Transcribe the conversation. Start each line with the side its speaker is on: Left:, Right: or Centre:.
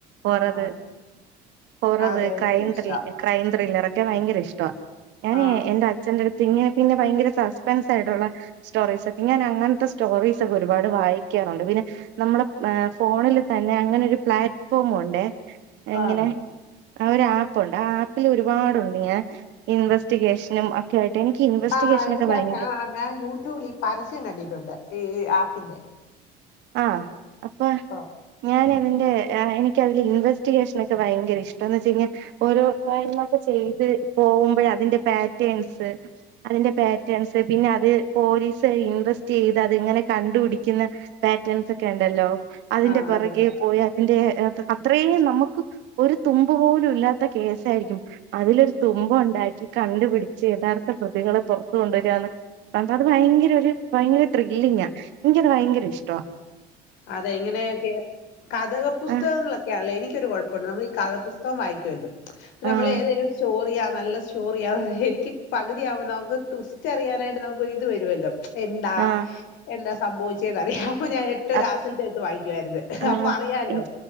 Right: ഹൊററ്
Left: ആഹ്
Right: ഹൊററ്
Left: അതെ എനിക്കിഷ്ടാ.
Right: ക്രൈം ത്രിൽ ക്രൈം ത്രില്ലറൊക്കെ ഭയങ്കര ഇഷ്ടവാ. ഞാനേ
Left: ആഹ്
Right: എന്റച്ഛന്റടുത്ത് ഇങ്ങനെ പിന്നെ ഭയങ്കര സസ്പെൻസ് ആയിട്ടൊള്ള സ്റ്റോറീസൊക്കെ ഞാനങ്ങൻത്തെ സ്റ്റോറീസൊക്കെ ഒരുപാട് വായിക്കാറുണ്ട് പിന്നെ നമ്മുടെ എഹ് ഫോണിൽ തന്നെ അങ്ങനെ ഒരു പ്ലാറ്റ്ഫോമുണ്ടെ എങ്ങനെ
Left: ആണ്.
Right: ആ ഒരു ആപ്പുണ്ട് ആ ആപ്പിൽ ഒരുപാടുണ്ട് ഞാ ഇൻവെസ്റ്റിഗേഷനും അ ക്കൊയിട്ട് എനിക്ക്‌ ഇവെസ്റ്റിഗേഷനക്കെ
Left: ആ എനിക്കറിയാം
Right: ഭയങ്ക
Left: ആ ഞാൻ യൂട്യൂബിൽ ഈ പരസ്യം കണ്ടിട്ടുണ്ട് ഈ ആപ്പിന്റെ
Right: ആഹ് അപ്പൊ
Left: ആഹ്
Right: ഞാന് അതിന്റെ ആഹ് എനിക്കതില് ഇൻവേസ്റ്റിഗേഷൻ ഒക്കെ ഭയങ്ക ഇഷ്ട. എന്ന് വെച്ച് കഴിഞ്ഞാ ഓരോ കാര്യങ്ങളൊക്കെ ചെയ്ത് പോകുമ്പോഴ അതിന്റെ പാറ്റേൺസ് അതിന്റെ പാറ്റേൺസ് പിന്നെ അത് പോലീസ് ഇൻവെസ്റ്റ് ചെയ്ത് അത് ഇങ്ങനെ കണ്ടുപിടി പിടിക്യുന്ന പാറ്റേൺസ് ഒക്കെ ഉണ്ടല്ലോ അതിന്റെ
Left: ആ
Right: പുറകെ
Left: അതെ
Right: പോയി അ അതിന്റെ ഹെ അത്രേം നമുക്ക് ഒരു തുമ്പ് പോലും ഇല്ലാത്ത കേസായിരിക്കും. അതിലൊരു തുമ്പുണ്ടാക്കി കണ്ടുപിടിച്ച് യഥാർത്ഥ പ്രതികളെ പുറത് കൊണ്ടുവര ഒന്നാമത് ഭയങ്കര രു ഭയങ്കര ത്രില്ലിങ്ങാ. എനിക്കത് ഭയങ്കര ഇഷ്ടാ.
Left: അതെ ഇങ്ങനെയൊക്കെ കഥക പുസ്തകങ്ങളൊക്കെ
Right: ആഹ്
Left: ക്കെ യാണല്ലോ. എനിക്കൊരു കുഴപ്പണ്ട്. നമ്മള് ഈ കഥപുസ്തകം വായിക്കുവല്ലോ. പിന്നെ നമ്മള്
Right: ആഹ്
Left: ഏതെലും സ്റ്റോറിയ ആഹ് നല്ല സ് സ്റ്റോറി എനിക്ക് പകുതിയാവബം നമുക്ക് ട്വിസ്റ്റ്‌റിയാനായിട്ട് നമുക്കൊരിത് വരുവല്ലോ.. എന്താ.
Right: ആഹ്
Left: എന്താ സംഭവിച്ചെന്നറിയാം അപ്പൊ ഞാ ഏറ്റും
Right: അപ്
Left: ലാസ്റ്റ്ത്തെ എടുത്ത് വായിക്കുവായിരുന്നു.
Right: ആഹ്
Left: അപ്പൊ അറിയാല്ലോ.
Right: എൻ